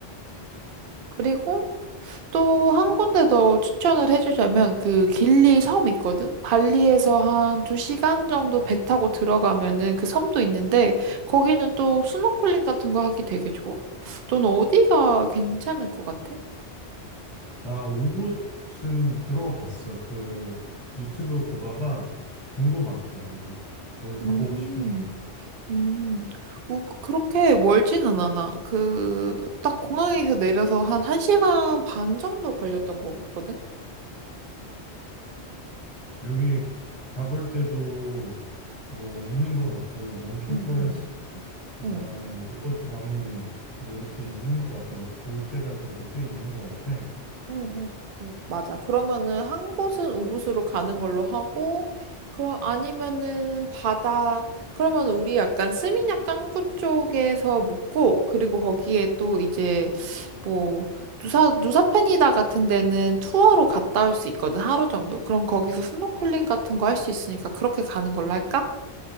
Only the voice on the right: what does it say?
그리고 또 한 군데 더 추천을 해주자면 그 길리 섬 있거든? 발리에서 한 두시간 정도 배 타고 들어가면은 그 섬도 있는데 거기는 또 스노클링 같은 거 하기 되게 좋아. 넌 어디가 괜찮을 것 같아?
음.
음, 뭐, 뭐, 그렇게 멀지는 않아. 그, 딱 공항에서 내려서 한 1시간 반 정도 걸렸던 것 같거든?
응,
응,
응.
응, 응, 응. 맞아. 그러면은 한 곳은 우붓으로 가는 걸로 하고, 그럼 아니면은 바다, 그러면 우리 약간 스미냑 짱구 쪽에서 묵고, 그리고 거기에 또 이제 뭐, 누사, 누사펜이다 같은 데는 투어로 갔다 올 수 있거든, 하루 정도. 그럼 거기서 스노클링 같은 거 할 수 있으니까 그렇게 가는 걸로 할까?